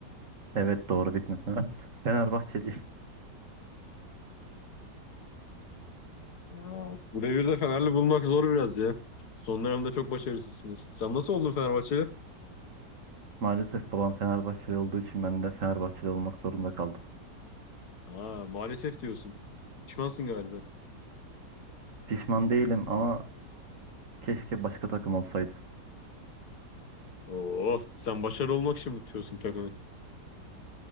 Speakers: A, on the right; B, on the left.
A: Evet doğru bildin. <laughs> Fenerbahçeliyim.
B: Aa, Bu devirde Fenerli bulmak zor biraz ya. Son dönemde çok başarısızsınız. Sen nasıl oldun Fenerbahçeli?
A: Maalesef babam Fenerbahçeli olduğu için ben de Fenerbahçeli olmak zorunda kaldım.
B: Ha, maalesef diyorsun. Pişmansın galiba.
A: Pişman değilim ama keşke başka takım olsaydı.
B: Oo, sen başarılı olmak için mi tutuyorsun takımı?